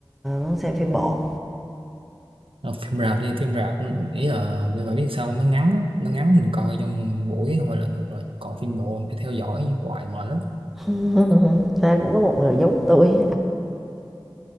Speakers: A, in the centre; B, on the right.
A: muốn xem phim bộ?
B: Ờ, phim rạp đi phim rạp ý là vì bà biết sao không? nó ngắn á, nó ngắn mình coi trong buổi thôi là được rồi còn phim bộ mình phải theo dõi hoài mệt lắm
A: <laughs> Ra cũng có một người giống tôi,